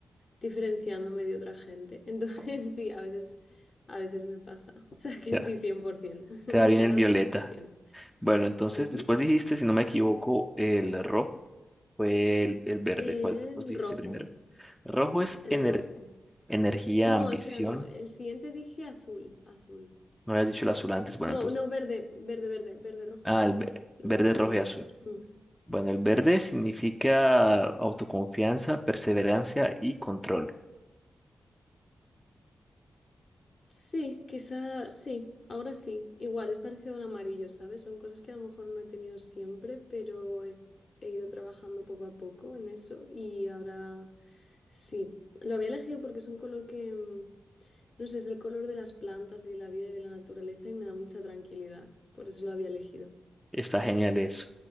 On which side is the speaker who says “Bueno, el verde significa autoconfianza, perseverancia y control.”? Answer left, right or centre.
Centre